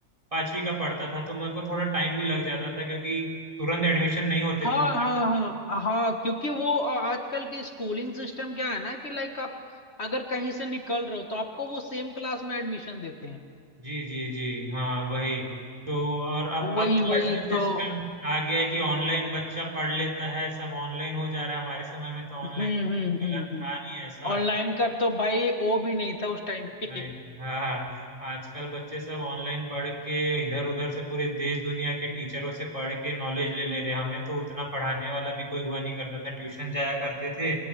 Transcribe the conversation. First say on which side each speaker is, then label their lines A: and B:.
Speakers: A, on the right; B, on the left.
A: पांचवी का पढ़ता था तो मेरे को थोड़ा टाइम भी लग जाता था क्योंकि तुरंत एडमिशन नहीं होते
B: हाँ
A: तुम
B: हाँ हाँ हाँ क्योंकि वो अ, आजकल के स्कूलिंग सिस्टम क्या है ना कि लाइक आप अगर कहीं से निकल रहे हो तो आपको वो सेम क्लास में एडमिशन देते हैं
A: जी जी जी हाँ वही तो और अब अब
B: वही
A: तो
B: वही
A: ऐसा सिस्टम
B: तो
A: आ गया है कि ऑनलाइन बच्चा पढ़ लेता है सब ऑनलाइन हो जा रहा है हमारे समय में तो ऑनलाइन
B: हम्म हम्म
A: गलत
B: हम्म हम्म
A: था नहीं ऐसा
B: ऑनलाइन का तो भाई ओ भी नहीं था उस टाइम पे
A: नहीं हाँ हाँ। आजकल बच्चे सब ऑनलाइन पढ़ के इधर उधर से पूरे देश दुनिया के टीचरों से पढ़ के नॉलेज ले ले रहे हैं। हमें तो उतना पढ़ाने वाला भी कोई हुआ नहीं करता था ट्यूशन जाया करते थे